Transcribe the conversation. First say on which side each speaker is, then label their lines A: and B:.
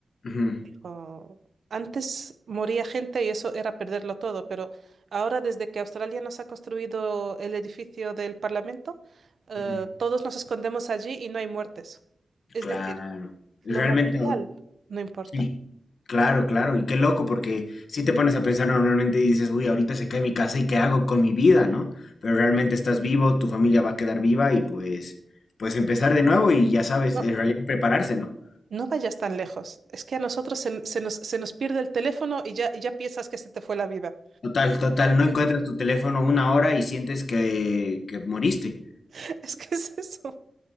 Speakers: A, on the left (about 75°); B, on the right (about 70°).
A: Ujú,
B: Dijo, antes moría gente y eso era perderlo todo, pero ahora desde que Australia nos ha construido el edificio del Parlamento, eh,
A: ujú.
B: todos nos escondemos allí y no hay muertes. Es
A: Claro.
B: decir,
A: Realmente,
B: lo material no importa.
A: Sí, claro, claro, y qué loco, porque si te pones a pensar normalmente y dices, uy, ahorita se cae mi casa y qué hago con mi vida, ¿no? Pero realmente estás vivo, tu familia va a quedar viva y pues, pues empezar de nuevo y ya sabes,
B: No,
A: en realidad prepararse, ¿no?
B: no vayas tan lejos. Es que a nosotros se, se nos, se nos pierde el teléfono y ya, y ya piensas que se te fue la vida.
A: Total, total, no encuentras tu teléfono una hora y sientes que, que moriste.
B: <laughs> Es que es eso.